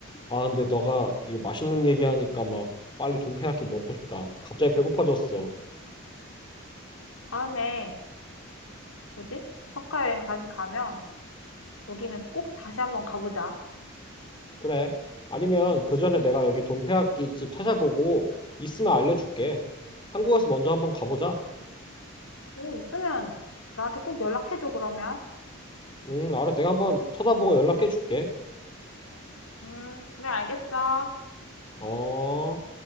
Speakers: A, on the left; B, on the left.
A: 아, 근데 너가 이거 맛있는 얘기하니까 막 빨리 돈페야끼 먹고 싶다. 갑자기 배고파졌어.
B: 다음에 뭐지? 오사카 여행 다시 가면 여기는 꼭 다시 한번 가보자.
A: 그래. 아니면 그 전에 내가 여기 돈페야끼 집 찾아보고 있으면 알려줄게. 한국에서 먼저 한번 가보자.
B: 오, 있으면 나한테 꼭 연락해줘, 그러면.
A: 음, 알아. 내가 한번 찾아보고 연락해 줄게.
B: 음, 그래, 알겠어.
A: 어.